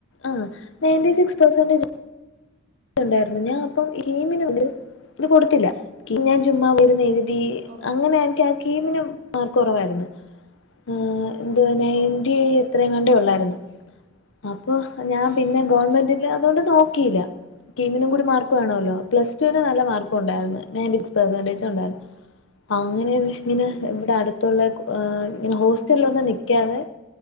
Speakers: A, on the left; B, on the right.
A: ആഹ് നയൻ്റീ
B: ഉം
A: സിക്സ് പേസെൻടേജ് ഉണ്ടായിരുന്നു ഞാൻ അപ്പം <unintelligible> ഇത് കൊട്ത്തില്ല. കി <unintelligible> ഞാൻ ചുമ്മാ
B: ഉം
A: പോയിര്ന്ന് എഴ്തി
B: ഓ
A: അങ്ങനെ എനിക്ക കീമിനും മാർക്കൊറവായിര്ന്ന് എഹ് എന്തുവാ നയന്റി
B: ഓ
A: ഇത്രേങ്ങാണ്ട് ഒള്ളായിര്ന്നു അപ്പൊ ഞാൻ
B: ഉം
A: പിന്നെ
B: ഉം
A: ഗവണ്മെന്റില് അതോണ്ട് നോക്കില്ല. കീമിനും കൂടി മാർക്ക് വേണോല്ലോ പ്ലസ് ടുവിന് നല്ല മാർക്കുണ്ടായിര്ന്ന് നയന്റി സിക്സ് പെർസെന്റേജ് ഉണ്ടായിരുന്നു. അങ്ങനെ <unintelligible> ഇങ്ങനെ
B: ആണല്ലേ
A: ഇവടെ അട് തൊള്ളേക്ക് ഏഹ് ഹോസ്റ്റൽഒന്നും നിക്കാതെ